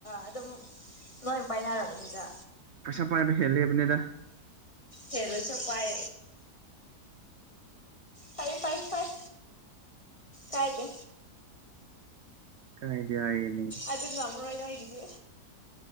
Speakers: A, on the left; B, on the right.
A: ꯑꯗꯨꯝ ꯂꯣꯏꯅ ꯄꯥꯏꯅꯔꯝꯔꯕꯅꯤꯗ꯫
B: ꯄꯩꯁꯥ ꯄꯥꯏꯕ ꯍꯦꯜꯂꯤ ꯍꯥꯏꯕꯅꯤꯗ
A: ꯍꯦꯂꯂꯣꯏ ꯄꯥꯏ ꯐꯥꯏ ꯐꯥꯏ ꯐꯥꯏ ꯀꯥꯏꯗꯦ꯫
B: ꯀꯥꯏꯗꯤ ꯍꯥꯏꯅꯤ
A: ꯑꯩꯗ ꯉꯃꯔꯣꯏ ꯅꯣꯏ ꯒꯤꯗꯤ꯫